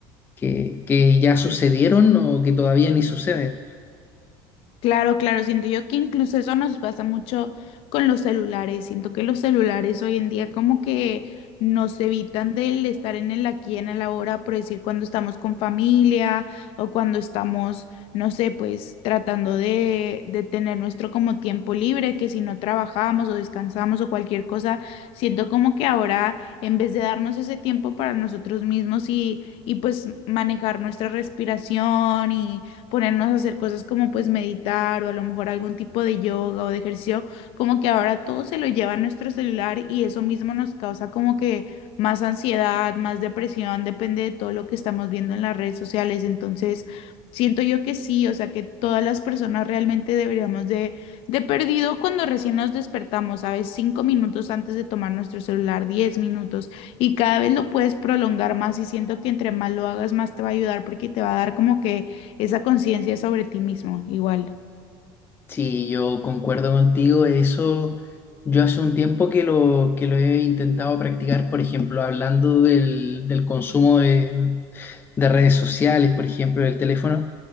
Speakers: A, on the left; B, on the left.
A: que, que ya sucedieron o que todavía ni suceden.
B: Claro, claro, siento yo que incluso eso nos pasa mucho con los celulares. Siento que los celulares hoy en día como que nos evitan del estar en el aquí, en el ahora, por decir cuando estamos con familia o cuando estamos, no sé, pues tratando de, de tener nuestro como tiempo libre, que si no trabajamos o descansamos o cualquier cosa, siento como que ahora en vez de darnos ese tiempo para nosotros mismos y, y pues manejar nuestra respiración y ponernos a hacer cosas como pues meditar o a lo mejor algún tipo de yoga o de ejercicio, como que ahora todo se lo lleva a nuestro celular y eso mismo nos causa como que más ansiedad, más depresión, depende de todo lo que estamos viendo en las redes sociales. Entonces, siento yo que sí, o sea que todas las personas realmente deberíamos de... De perdido cuando recién nos despertamos, ¿sabes? Cinco minutos antes de tomar nuestro celular, diez minutos, y cada vez lo puedes prolongar más y siento que entre más lo hagas, más te va a ayudar porque te va a dar como que esa conciencia sobre ti mismo, igual.
A: Sí, yo concuerdo contigo. Eso yo hace un tiempo que lo, que lo he intentado practicar, por ejemplo, hablando del, del consumo de, de redes sociales, por ejemplo, del teléfono.